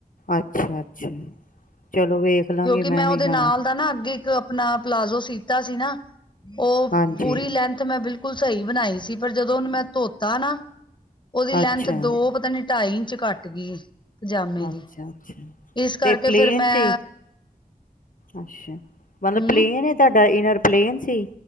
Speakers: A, on the left; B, on the left.
A: ਅੱਛਾ ਅੱਛਾ। ਚਲੋ ਵੇਖ ਲਾਂਗੀ
B: ਕਿਉਂਕਿ ਮੈਂ ਉਹਦੇ
A: ਵੀ ਹਾਂ
B: ਨਾਲ ਦਾ ਨਾ ਅੱਗੇ ਇੱਕ ਆਪਣਾ ਪਲਾਜ਼ੋ ਸੀਤਾ ਸੀ ਨਾ ਉਹ
A: ਹਾਂਜੀ
B: ਪੂਰੀ ਲੈਂਥ, ਮੈਂ ਬਿਲ ਕਲ ਸਹੀ ਬਣਾਈ ਸ ਸੀ ਪਰ ਜਦੋਂ ਉਹਨੂੰ ਮੈਂ ਧੋਤ ਤਾ ਨਾ ਉਹਦੀ ਲੈਂਥ
A: ਅੱਛਾ
B: ਦੋ, ਪਤਾ ਨੀ ਢਾਈ ਇੰ ਚ ਘੱਟ ਗੀ। ਪਜਾਮੇ ਦੀ।
A: ਅੱਛਾ-ਅੱਛਾ
B: ਇਸ ਕਰਕੇ
A: ਤੇ ਪਲੇਨ
B: ਫਿਰ ਮੈਂ
A: ਸੀ ਅੱਛਾ, ਮਤਲਬ
B: ਹਮ
A: ਪਲੇਨ ਐ ਤਾਡਾ ਏਨਾਂ ਰ ਪਲੇਨ ਸੀ?